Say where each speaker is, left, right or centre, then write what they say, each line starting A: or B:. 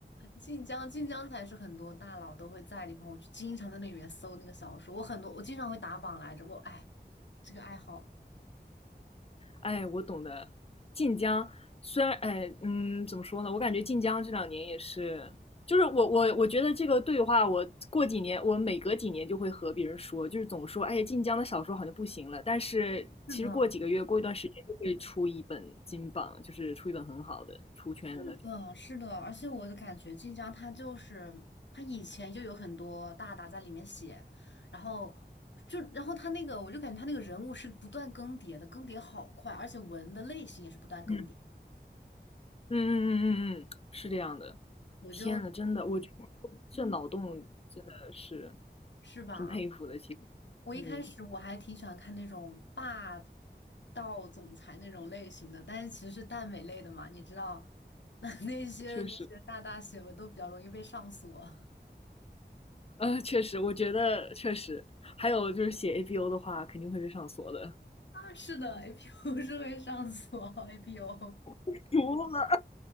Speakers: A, on the left; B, on the left.
A: 晋江晋江才是很多大佬都会在的地方。我就经常在那里面搜那个小说，我很多我经常会打榜来着。我哎，这个爱好。
B: 哎，我懂的。晋江虽然，哎，嗯，怎么说呢？我感觉晋江这两年也是，就是我我我觉得这个对话，我过几年，我每隔几年就会和别人说，就是总说，哎，晋江的小说好像不行了。但是其实过几个月，
A: 是的。
B: 过一段时间就会出一本金榜，就是出一本很好的出圈的那种。
A: 是的，是的，而且我的感觉，晋江它就是它以前就有很多大大在里面写，然后就然后他那个，我就感觉他那个人物是不断更迭的，更迭好快，而且文的类型也是不断更迭。
B: 嗯嗯嗯嗯嗯嗯，是这样的。
A: 我就，
B: 天呐，真的，我觉得这脑洞真的是
A: 嗯是吧？
B: 挺佩服的，其实，
A: 我一开始我还挺喜欢看那种霸
B: 嗯，
A: 道总裁那种类型的，但是其实是耽美类的嘛，你知道，<laughs> 那那些那些大大写文都比较容易被上锁。
B: 确实。呃，确实，我觉得确实，还有就是写 APO 的话，肯定会被上锁的。
A: 是的，APO <laughs> 是会上锁，APO。
B: <laughs> 服了，